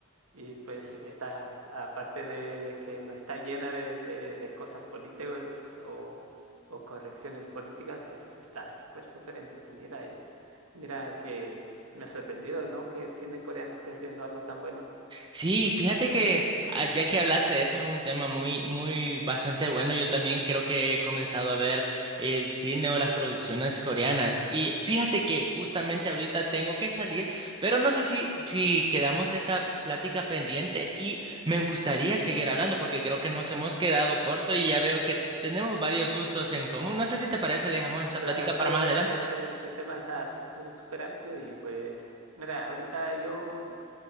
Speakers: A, on the right; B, on the right.
A: y pues está, aparte de, de que no está llena de, de- de cosas políticas o, o correcciones políticas, pues está súper, súper entretenida. Y mira que me ha sorprendido, ¿no? Que el cine coreano esté haciendo algo tan bueno.
B: Sí, fíjate que ah, ya que hablaste de eso es un tema muy, muy bastante bueno. Yo también creo que he comenzado a ver el cine o las producciones coreanas. Y fíjate que justamente ahorita tengo que salir, pero no sé si, si quedamos esta plática pendiente y me gustaría seguir hablando porque creo que nos hemos quedado corto y ya veo que tenemos varios gustos en común. No sé si te parece, dejamos esta
A: Claro,
B: plática
A: claro,
B: para más
A: mira,
B: adelante.
A: este, este tema está su- su- súper amplio y pues, mira, ahorita yo